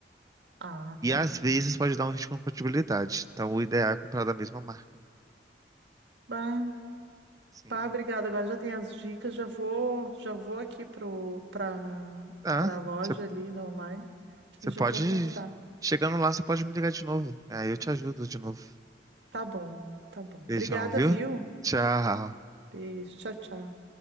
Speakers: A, on the right; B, on the right.
A: ah,
B: E
A: tá.
B: às vezes pode dar um risco de compatibilidade. Então, o ideal é comprar da mesma marca.
A: Bah,
B: Sim.
A: bah, obrigada. Agora já tem as dicas. Já vou, já vou aqui pro para
B: Tá.
A: para loja
B: Você
A: ali na online
B: você
A: e já
B: pode.
A: vou comprar.
B: Chegando lá, você pode me ligar de novo. Aí eu te ajudo de novo.
A: Tá bom, tá bom.
B: Beijão,
A: Obrigada,
B: viu?
A: viu?
B: Tchau.
A: Beijo, tchau, tchau.